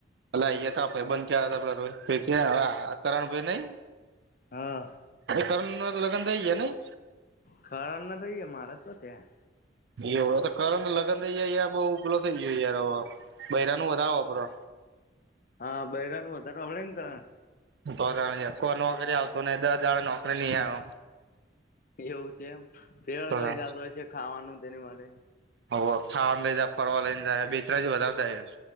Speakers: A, on the right; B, on the left.
A: ભ અયા થાઈ બંધયા હતા હ કરણ ભાઈ નઈ
B: હા
A: કરણના લગન થઈ ગયા નહી
B: કરણ ના થઈ મારા તો ત્યાં
A: એવ તો કરણ લગન થઈ જાય યાર બહુ ઉપલો થઇ ગયો યાર હવે બહીરા નો વધારે સાંભળે
B: હા બૈરાનું વધારે હભડે ને કરણ
A: બ તણ કો નોકરી આવત નહી દસ દાડા નોકરી નહી આવ
B: એવું છેમ ફેર
A: તો હવે
B: લઈ જતો હશે ખાવાનું તેની માટે
A: હ ખાવા લઈ જાય ફરવા લઈને જાય બે ત્ર વધારતાાય <unintelligible>